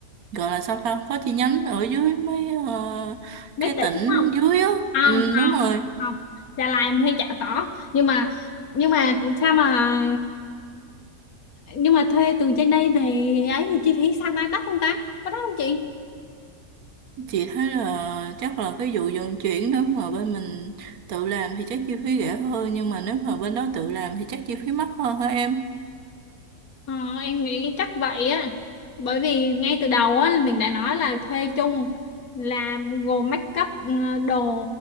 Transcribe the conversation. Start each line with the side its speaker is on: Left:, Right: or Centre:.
Right: gọi là sao ta có chi nhánh ở dưới mấy ờ,
Left: mấy
Right: cái
Left: tỷ
Right: tỉnh
Left: đúng không
Right: dưới á
Left: không
Right: ừ,
Left: không
Right: đúng rồi
Left: không Đà Lạt em thấy chả có nhưng mà nhưng mà sao mà nhưng mà thuê từ trên đây về ấy thì chi phí sao ta đắt không ta có đắt không chị
Right: chị thấy là chắc là cái vụ vận chuyển đó mà bên mình tự làm thì chắc chi phí rẻ hơn nhưng mà nếu mà bên đó tự làm thì chắc chi phí mắc hơn hả em
Left: Ờ, em nghĩ chắc vậy á bởi vì ngay từ đầu á mình đã nói là thuê chung là gồm make up ừ, đồ